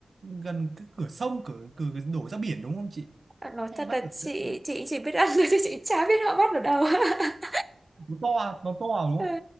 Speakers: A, on the right; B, on the right.
A: gần cái cửa sông cửa cửa đổ ra biển đúng không chị?
B: ờ, nói
A: Hay
B: thật
A: bắt
B: là
A: ở
B: chị
A: cái-
B: chị chỉ biết ăn <laughs> thôi chứ chị chả biết họ bắt ở đâu <laughs>
A: nó to à, nó to à, đúng không?
B: Ờ,